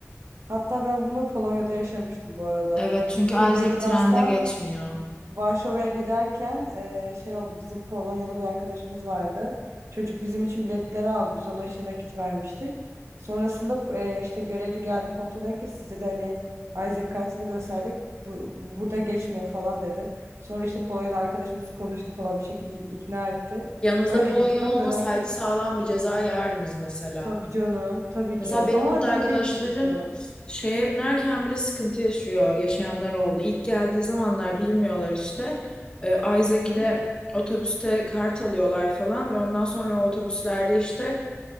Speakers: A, on the right (about 70°); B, on the left (about 20°).
A: Hatta ben bunu Polonya'da yaşamıştım bu arada.
B: Evet çünkü
A: Şeyde
B: Isaac
A: Gdańsk'tan
B: trende geçmiyor.
A: Varşova'ya giderken eee, şey oldu bizim Polonyalı bir arkadaşımız vardı. Çocuk bizim için biletleri aldı. Biz ona işte nakit vermiştik. Sonrasında eee, işte görevli geldi kontrol ederken sizde de hani Isaac kartını gösterdik. Bu, bu burada geçmiyor falan dedi. Sonra işte Polonyalı arkadaşımız konuştu falan bir şekilde ikna etti.
B: Yanınızda
A: Öyle
B: Polonyalı
A: gittik ama
B: olmasaydı
A: dönerken
B: sağlam bir ceza yerdiniz mesela.
A: tabii canım tabii
B: Mesela
A: ki.
B: benim
A: Ama
B: burada
A: çok
B: arkadaşlarım
A: iyi bir çocuktu ya.
B: şeye binerken bile sıkıntı yaşıyor. Yaşayanlar oldu. İlk geldiği zamanlar bilmiyorlar işte. Ee, Isaac'le
A: Hı hı.
B: otobüste kart alıyorlar falan ve ondan sonra o otobüslerde işte